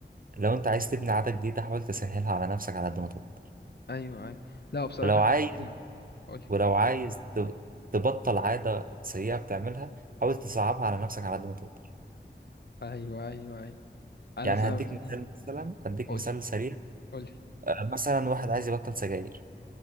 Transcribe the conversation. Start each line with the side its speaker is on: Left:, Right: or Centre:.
Right: لو انت عايز تبني عادة جديدة حاول تسهلها على نفسك على قد ما تقدر
Left: ايوه ايوه لا بصراحة
Right: ولو عايز
Left: قولي
Right: ولو عايز ت- تبطل عادة سيئة بتعملها حاول تصعبها على نفسك على قد ما تقدر
Left: ايوه ايوه ايوه انا
Right: يعني
Left: سأف...
Right: هديك مثال
Left: أم.
Right: مثلا هديك
Left: قولي
Right: مثال سريع
Left: قولي
Right: آه، مثلا واحد عايز يبطل سجاير